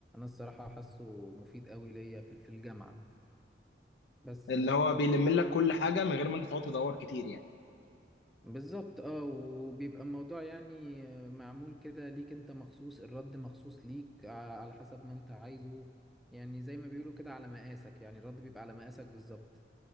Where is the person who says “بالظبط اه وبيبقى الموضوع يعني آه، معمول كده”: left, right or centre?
Centre